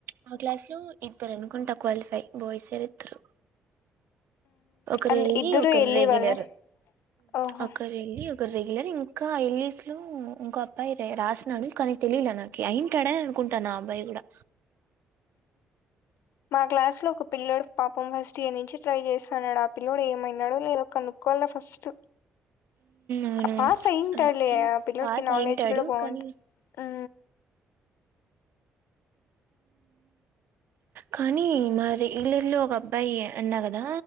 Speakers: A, on the right; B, on the left.
A: మా క్లాస్ లో ఇద్దరు అనుకుంటా క్వాలిఫై బాయ్స్ేర్ ఇద్దరు ఒకరు
B: మ్మ్
A: వెళ్ళి
B: ఇద్దరు
A: ఒకరు
B: ఎళ్ళి
A: రెగ్యులర్
B: వాళ్ళే ఓహో
A: ఒకరు వెళ్ళి ఒకరు రెగ్యులర్ ఇం ఇంకా ఎల్లీస్ లో ఇంక అబ్బాయి రాసినడు కానీ తెలియలే నాకు అయింటాడని అనుకుంటాను నా అబ్బాయి కూడా
B: మా క్లాస్ లో ఒక పిల్లోడు పాపం ఫస్ట్ నుంచి ట్రై చేస్తుాన్నాడు ఆ పిల్లుడు ఏమైనాడు లేదొ ఒక నక్కల్ల ఫస్ట్
A: అవునవును
B: ఆ పాస్ అయింటారులే
A: వచ్చి
B: ఆ పిల్లలకి
A: పాస్
B: నాలెడ్జ్
A: అయింటాడు
B: కూడా బాగుంటా
A: కానీ
B: ఆ
A: కానీ మరి వల్లల్లో ఒక అబ్బాయి అన్నా కదా